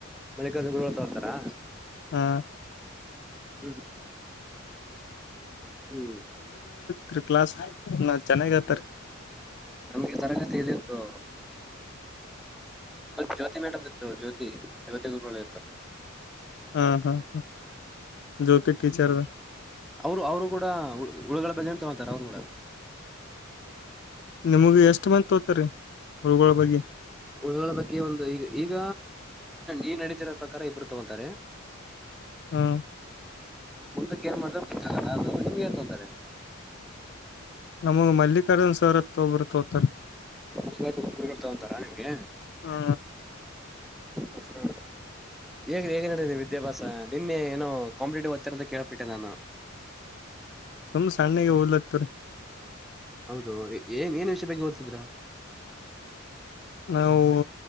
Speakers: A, in the centre; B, on the left.
A: ಮಲ್ಲಿಕಾರ್ಜುನ್ ಗರುಗಳು ತೋಂತರಾ
B: ಹಾ
A: ಹ್ಮ್ ಹ್ಮ್
B: ತ್ರಿ ಕ್ಲಾಸ್ ಚೆನ್ನಾಗಿ ಹೇಳ್ತಾರೆ
A: ನಮ್ಗೆ ತರಗತಿ ಇದು ಇತ್ತು ಜ್ಯೋತಿ ಮೇಡಂ ಇತ್ತು ಜ್ಯೋತಿ ಜ್ಯೋತಿ ಗುರುಗಳುದು ಇತ್ತು
B: ಹಾ ಹಾ ಹಾ ಜ್ಯೋತಿ ಟೀಚರ್ದ
A: ಅವರು ಅವರು ಗೂಡ ಉಳುಗುಳ ಬಗ್ಗೆನೆ ತಗೊಂತಾರೆ ಅವ್ರು ಗೂಡ
B: ನಿಮಗ ಎಷ್ಟ್ ಮಂದಿ ತೋತರಿ ಹುಳ್ಗಳ ಬಗ್ಗೆ
A: ಹುಳುಗಳ ಬಗ್ಗೆ ಒಂದು ಈಗ ಈಗ ಈಗ ನಡೀತಿರೋ ಪ್ರಕಾರ ಇಬ್ಬರು ತಗೋತಾರೆ
B: ಹಾ
A: ಮುಂದಕ್ಕೆ ಏನ್ ಮಾಡ ನಿಮಗೆ ಏನ್ ತಗೋತಾರೆ
B: ನಮಗ ಮಲ್ಲಿಕಾರ್ಜುನ್ ಸರ್ ಅಂತ ಒಬ್ರು ತೋತಾರ
A: ಗುರುಗಳು ತಗೊಂತಾರಾ ನಿಮ್ಗೆ
B: ಹಾ
A: ಹ ಹೇಗ ಹೇಗ ನಡಿತಾ ಇದೆ ವಿದ್ಯಾಭ್ಯಾಸ ನಿನ್ನೆ ಏನೋ ಕಾಂಪಿಟೇಟಿವ್ ಓದ್ತಾ ಇದೀರಾ ಅಂತ ಕೇಳಪಟ್ಟೆ ನಾನು
B: ಸುಮ್ ಸಣ್ಣಾಗಿ ಓದ್ಲತಿವಿರಿ
A: ಹೌದು ಏನ್ ಏನ್ ವಿಷಯ ಬಗ್ಗೆ ಓದ್ತಿದ್ರ
B: ನಾವು